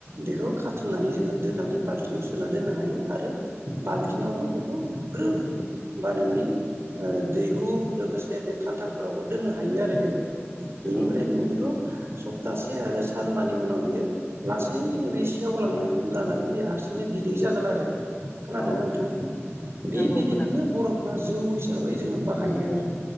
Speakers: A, on the right; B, on the left.
A: बेखौ खाथुमनानै जोङो दोननानै बाल्थिंङाव सोना दोननो हायो आरो बाल्थिंआवबो बेखौ ग्रोब बा नोंनि ओ दैहु लोगोसे बे खान्थाफोरावबो दोननो हायो आरो बेखौ बेनिफ्राय
B: औ
A: नों बेखौ सप्तासे आरो सानबानि उनाव बियो लासैनो बे सेवलांनाय रखम जानानै बे हारसिंनो बिदै जागोन आरो खोनादोंना
B: औ
A: नोंथां बे
B: नंगौ
A: बिदैखौनो
B: खोनादों
A: बर'फ्रा जौ हिसाबै जोङो बाहायो आरो